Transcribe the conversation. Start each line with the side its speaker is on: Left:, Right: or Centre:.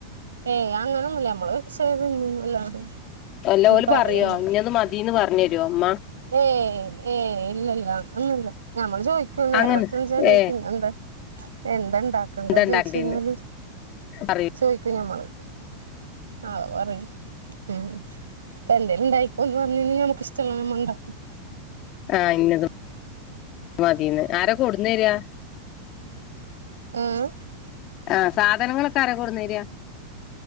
Right: ഏയ് അങ്ങനൊന്നുല്ല നമ്മള് വെച്ചത് തിന്നുംന്നല്ലാ
Left: അല്ല
Right: ഒരു
Left: ഓല്
Right: പ
Left: പറയോ
Right: അങ്ങനെന്നുല്ല
Left: ഇന്നത് മതീന്ന് പറഞ്ഞരോ ഇമ്മ
Right: ഏ ഏ ഏ ഇല്ലല്ല ഒന്നുമല്ല. ഞമ്മള് ചോദിക്കും നേര
Left: അങ്ങനെ
Right: വെളത്തിച്ചാ ചോദിക്കും
Left: ഏ
Right: ഇന്നെന്ത എന്തണ്ട ഉണ്ടാക്കണ്ട
Left: എന്താ ഇണ്ടാക്കണ്ടേന്ന്
Right: ചോദിച്ചഴിഞ്ഞാല്
Left: പറയൂലേ
Right: ചോ മ്മള് ആ പറയും ഉംഇപ്പ എന്തേലും ഉണ്ടായി ഒന്ന് പറഞ്ഞ കഴിഞ്ഞൽ നമുക്ക് ഇഷ്ടല്ല് നമ്മ ഉണ്ടാക്കും.
Left: ആഹ ഇന്നത്‌ മതീന്ന് ആരാ കൊടന്നരാ?
Right: ആ ഏ
Left: ആഹ സാധനങ്ങളൊക്കെ ആര കൊടുന്നരിയാ